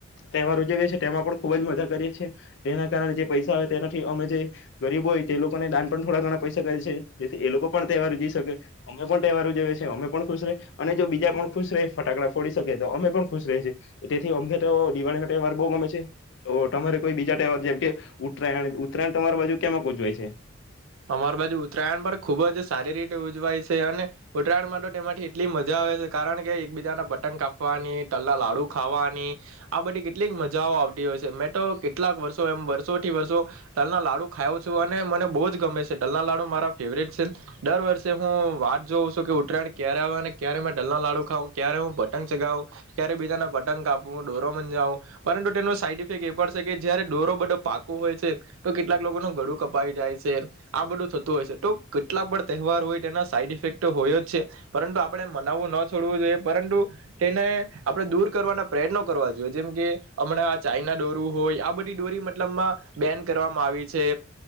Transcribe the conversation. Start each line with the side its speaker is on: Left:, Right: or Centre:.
Left: તહેવાર ઉજવીએ છીએ તેમાં પણ ખૂબ જ મદદ કરીએ છીએ તેના કારણે જે પૈસા આવે તેનાથી અમે ગરીબ હોય તે લોકોને દાન પણ થોડા ઘણા પૈસા કરે છે, જેથી એ લોકો પણ તહેવાર જઈ શકે અમે પણ તહેવારજએ છે, અમે પણ ખુશ ર અને જો બીજા પણ ખુશ રહે ફટાકડા ફોડી શકે તો અમે પણ ખુશ ર છે, તેથી અમે તો દિવાળી ન તહેવાર બહુ ગમે છે, તો તમારે કોઈ બીજા તહેવાર જેમ કે ઉત્તરાયણ ઉત્તરાયણ તમારી બાજુ <unintelligible> છે.
Right: અમાર બાજુ ઉત્તરાયણ પણ ખુબ જ સારી રીતે ઉજવાય છે. અને ઉત્તરાયણ માટે તેમાંથી કેટલી મજા આવે છે, કારણ કે એકબીજાના પતંગ કાપવાની તલના લાડુ ખાવાની આ બધી કેટલીક મજાઓ આવતી હોય છે, મેં તો કેટલાક વર્ષો એમ વર્ષો થી વર્ષો તલના લાડુ ખાયાવ છું અને મને બહુ જ લના લડુ ફવ છે, દર વર્ષે હું વાત જોઉં છું કે ઉત્તરાયણ ક્યારે આવે અને ક્યારેલના લાડુ ખાવ ક્યારે હ પંગ ચગાવ ક્યારે બીજાના પતંગ કા ડોરો મંજાવો પરંતુ તેનો <unintelligible> એ પડશે કે જયારે ડોરો બધો પાકો હોય છે, તો કેટલાક લોકો <unintelligible> કપાઈ જાય છે. આ બધું થતું હોય છે તો કેટલા પણ તહેવાર હોય તેના સાઈડ ઇફેક્ટ હોય જ છે, પરંતુ આપણે મનાવવું ન છોડવું જોઈએ પરંતુ તેને આપણે દૂર કરવાના પ્રયત્નો કરવા જોઈએ જેમ કે હમણાં ચાઈના દોરું હોય આ બધી ડોરી મતલબમાં બેન કરવામાં આવી છે,